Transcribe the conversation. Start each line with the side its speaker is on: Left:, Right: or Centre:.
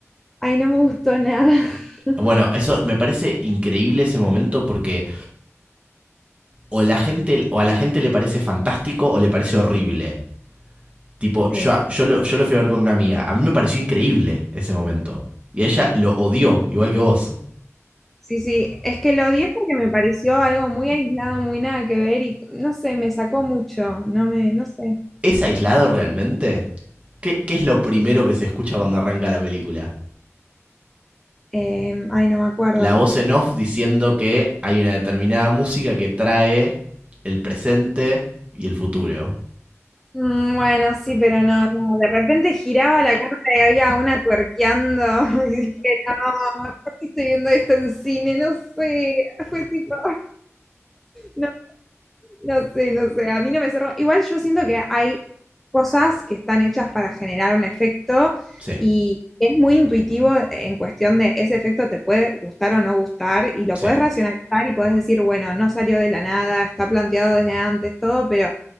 Centre: Ay, no me gustó nada. <laughs>
Right: Bueno, eso me parece increíble ese momento porque o la gente o a la gente le parece fantástico o le parece horrible. Tipo, yo,
Centre: Sí,
Right: yo, lo, yo lo fui a ver con una amiga. A mí me pareció increíble ese momento. Y ella lo odió, igual que vos.
Centre: sí, sí. Es que lo odié porque me pareció algo muy aislado, muy nada que ver y no sé, me sacó mucho. No me, no sé.
Right: ¿Es aislado realmente? ¿Qué, qué es lo primero que se escucha cuando arranca la película?
Centre: Eh, ay, no me acuerdo.
Right: La voz en off diciendo que hay una determinada música que trae el presente y el futuro.
Centre: Mm, Bueno, sí, pero no, no, de repente giraba la cámara y había una tuerqueando <laughs> y dije, no, ¿por qué estoy viendo esto en cine? No sé, fue tipo, no, No sé, no sé, a mí no me cerró. Igual yo siento que hay cosas que están hechas para generar un efecto
Right: Sí,
Centre: y es muy intuitivo en cuestión de ese efecto te puede gustar o no gustar y lo
Right: sí.
Centre: puedes racionalizar y puedes decir, bueno, no salió de la nada, está planteado desde antes, todo, pero